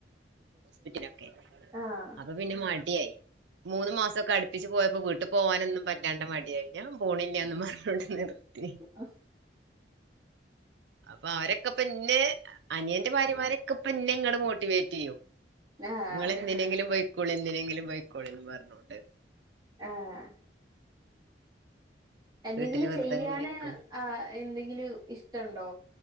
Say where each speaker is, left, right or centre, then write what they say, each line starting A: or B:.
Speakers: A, on the right (about 75°); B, on the right (about 25°).
A: ഹോസ്പിറ്റലൊക്കെ
B: ആഹ്
A: അപ്പൊ പ്പൊ പിന്നെ മടിയായി മൂന്ന് മാസൊക്കെ അടുപ്പിച്ച് പോയപ്പോ വീട്ട് പോവാനൊന്നും പറ്റാണ്ട മടിയായി ഞാൻ പോണില്ലാന്നും പറഞ്ഞോണ്ട് നിർത്തി.
B: അഹ്
A: അപ്പൊ അവരൊക്ക ഇപ്പൊ ഇന്നെ അനിയന്റെ ഭാര്യമാരൊക്കെപ്പന്നെ ഇങ്ങട് മോട്ടിവേറ്റെയ്യും
B: ആഹ്
A: ഇങ്ങളെന്തിനെങ്കിലും പൊയ്ക്കോളി എന്തിനെങ്കിലും പൊയ്ക്കോളിന്ന് പറഞ്ഞോണ്ട്
B: ആഹ് എന്തെങ്കിലും
A: വീട്ടില് വെറുതെ
B: ചെയ്യാന്
A: ഇങ്ങനെ ഇരിക്കും
B: ആ എന്തെങ്കിലും ഇഷ്ട്ടുണ്ടോ?